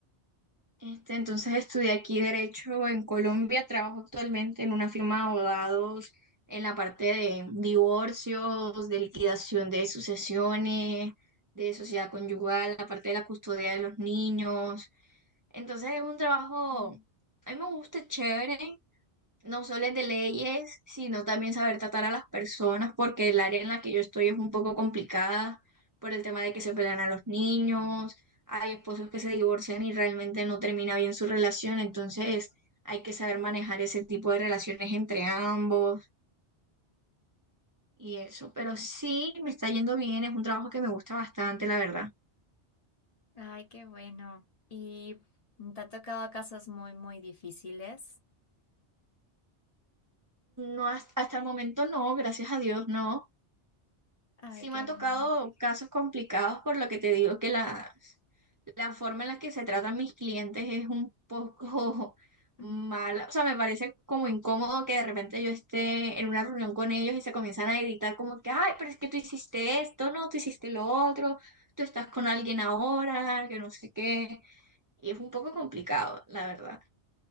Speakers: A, on the right; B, on the left.
A: este, entonces estudié aquí Derecho en Colombia, trabajo actualmente en una firma de abogados en la parte de divorcios, de liquidación de sucesiones, de sociedad conyugal, la parte de la custodia de los niños. Entonces es un trabajo,
B: Mm.
A: a mí me gusta, es chévere, no solo de leyes, sino también saber tratar a las personas, porque el área en la que yo estoy es un poco complicada por el tema de que se pelean a los niños, hay esposos que se divorcian y realmente no termina bien su relación, entonces hay que saber manejar ese tipo de relaciones entre ambos y eso, pero sí me está yendo bien, es un trabajo que me gusta bastante, la verdad.
B: Ay, qué bueno. ¿Y te ha tocado casos muy, muy difíciles?
A: No, has- hasta el momento no, gracias a Dios no.
B: Ay,
A: Sí
B: qué
A: me han tocado
B: bien.
A: casos complicados por lo que te digo que las la forma en la que se tratan mis clientes es un poco <laughs> mala.
B: Mm.
A: O sea, me parece como incómodo que de repente yo esté en una reunión con ellos y se comienzan a gritar como que, ay, pero es que tú hiciste esto, no, tú hiciste lo otro, tú estás con alguien ahora, que no sé qué. Y es un poco complicado, la verdad.